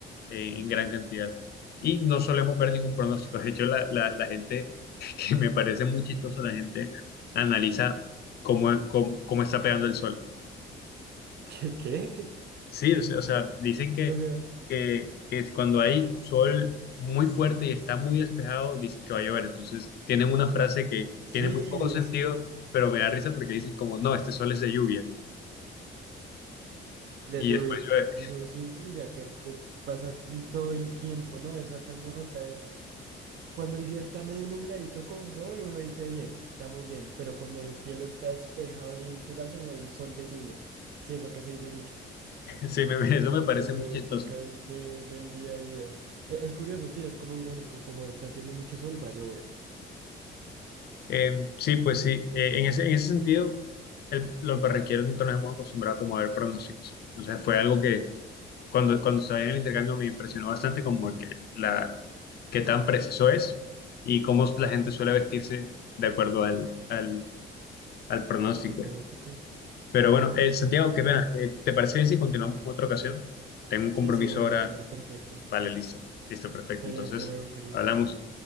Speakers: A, on the left; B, on the right.
A: en, en gran cantidad. Y no solemos ver ningún pronóstico. De hecho, la, la, la gente, <laughs> que me parece muy chistoso, la gente analiza cómo, cómo, cómo está pegando el sol.
B: <laughs> ¿Qué? ¿Qué?
A: Sí, o sea, o sea, dicen que,
B: O sea,
A: que, que es cuando hay sol muy fuerte y está muy despejado, dicen que va a llover. Entonces, tienen una frase que
B: sí,
A: tiene muy poco sentido,
B: es, uff,
A: pero me da risa porque dicen como, no, este sol es de lluvia.
B: de
A: Y
B: lluvia.
A: después llueve. <laughs>
B: Eso es, un- uy, ya que esto pasa todo el tiempo, ¿no? Eso acá en Bogotá es Cuando el día está medio nubladito con sol, uno dice bien, estamos bien, pero cuando el cielo está despejado y hay un solazo, eso es sol de lluvia. Sí, eso acá se dice mucho.
A: Sí, me- eso me parece
B: Sí, eso,
A: muy chistoso.
B: eso acá es de- del día a día. E- Es curioso, sí, es como irónico, como está haciendo mucho sol, va a llover.
A: Eh, sí, pues sí. Eh, en ese, en ese sentido, el- los barranquilleros nunca nos hemos acostumbrado como a ver pronósticos. Entonces fue algo que cuando, cuando estaba en el intercambio me impresionó bastante como que la qué tan preciso es y cómo la gente suele vestirse de acuerdo al, al, al pronóstico.
B: El pronóstico.
A: Pero bueno, eh, Santiago, qué pena. Eh, ¿te parece bien si continuamos en otra ocasión? Tengo un compromiso
B: Sí, sí, dale,
A: ahora.
B: me parece perfecto.
A: Vale, listo. Listo, perfecto.
B: Dale,
A: Entonces,
B: hasta luego, Carlos.
A: hablamos.